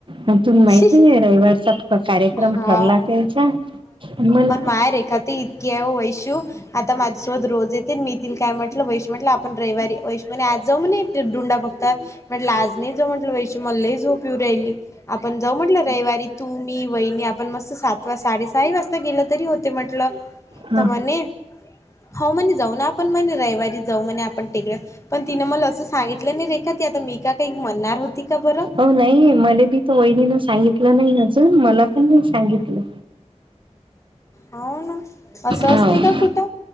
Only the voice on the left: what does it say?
छी
हाव
काय रेखा ती केव वैशु आता माझ्यासोबत रोज येते मी तीला काय म्हटलं वैशु म्हटलं आपण रविवारी वैशु म्हणे आज जाऊ म्हणे डुंडा ब तर म्हटलं आज नाही जाऊ म्हटलं वैशु मला लई झोप येऊ राहिली. आपण जाऊ म्हटलं रविवारी. तू, मी, वहिनी आपण मस्त सात वाज साडेसहाही वाजता गेलं तरी होते म्हटलं.
तर म्हणे हो म्हणे जाऊ ना आपण म्हणे रविवारी जाऊ म्हणे आपण तिकडं. पण तिनं मला असं सांगितलं नाही, रेखा ती आता मी का काही म्हणणार होती का बरं.
हो ना असं असते
का कुठं.